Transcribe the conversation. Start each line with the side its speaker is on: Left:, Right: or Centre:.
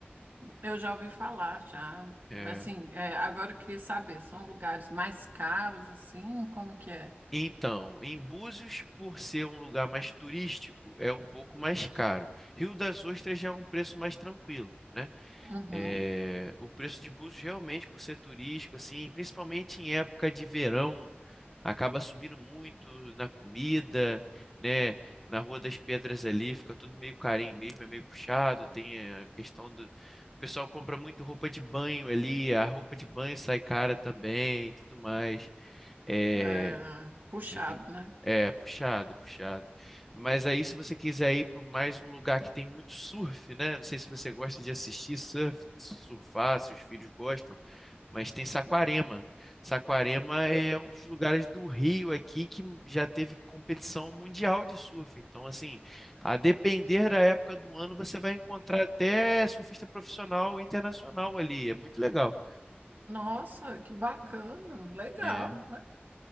Right: Eu já ouvi falar, já.
Centre: é.
Right: mas Assim, é, agora eu queria saber, são lugares mais caros, assim, como que é?
Centre: Então, em Búzios, por ser um lugar mais turístico, é um pouco mais caro. Rio das Ostras já é um preço mais tranquilo, né?
Right: Uhum.
Centre: É, o preço de Búzios realmente, por ser turístico, assim, principalmente em época de verão, acaba subindo muito na comida, né? Na Rua das Pedras ali, fica tudo meio carinho mesmo, é meio puxado. Tem a questão do. O pessoal compra muito roupa de banho ali, a roupa de banho sai cara também, e tudo mais. É,
Right: É, puxado,
Centre: Entendeu?
Right: né?
Centre: É, puxado, é puxado. Mas aí, se você quiser ir para mais um lugar que tem muito surf, né? Não sei se você gosta de assistir surf, surfar, seus filhos gostam, mas tem Saquarema.
Right: Hum.
Centre: Saquarema é um dos lugares do Rio aqui que já teve competição mundial de surf. Então, assim, a depender da época do ano, você vai encontrar até surfista profissional internacional ali. É muito legal.
Right: Nossa, que bacana, legal,
Centre: É.
Right: né?